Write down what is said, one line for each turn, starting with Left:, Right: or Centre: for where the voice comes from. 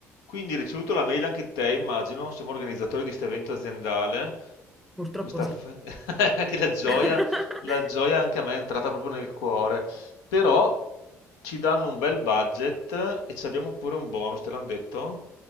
Left: Quindi hai ricevuto la mail anche te, immagino, siamo organizzatori di questo evento aziendale,
Centre: Purtroppo
Left: di questa
Centre: sì.
Left: f- <laughs> che la gioia,
Centre: <laughs>
Left: la gioia anche a me è entrata proprio nel cuore, però ci danno un bel budget e ci abbiamo pure un bonus, te l'hanno detto?